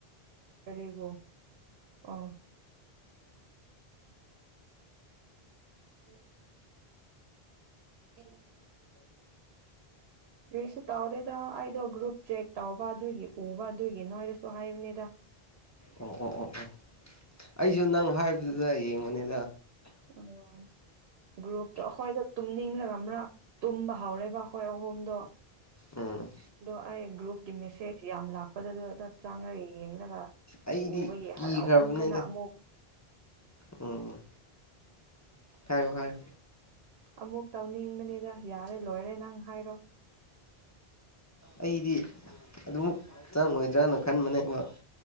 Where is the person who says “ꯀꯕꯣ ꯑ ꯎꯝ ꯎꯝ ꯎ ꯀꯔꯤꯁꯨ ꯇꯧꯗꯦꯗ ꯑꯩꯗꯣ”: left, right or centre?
Right